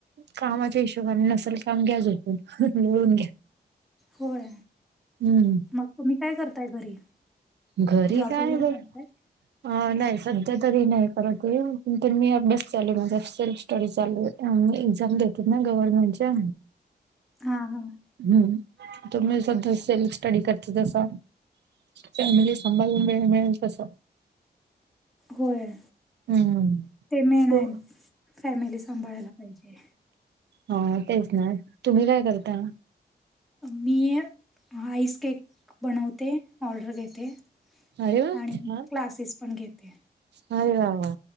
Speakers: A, on the right (about 80°); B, in the centre.
A: कामाच्या हिशोबा नसल काम घ्या झोपून लोळून घ्या.
B: होय
A: हम्म
B: मग तुम्ही काय करताय घरी
A: घरी
B: जॉब
A: काय
B: वगैरे
A: ब
B: करताय
A: अ नाही सध्या तरी नाही करत ये पण ते मी अभ्यास चालू माझा सेल्फ स्टडी चालू य एक्झाम देते ना गव्हर्नमेंटच्या
B: हा हा
A: हम्म आता मी सध्या सेल्फ स्टडी करते तसा फॅमिली सांभाळून वेळ मिळेल तसं
B: होय.
A: हम्म मंग
B: ते मेन
A: तो
B: आहे फॅमिली सांभाळायला पाहिजे.
A: हा तेच ना तुम्ही काय करता मं
B: मी आईस केक बनवते ऑर्डर घेते.
A: अरे वा
B: आणि
A: छान
B: क्लासेस पण घेते.
A: अरे वा वा!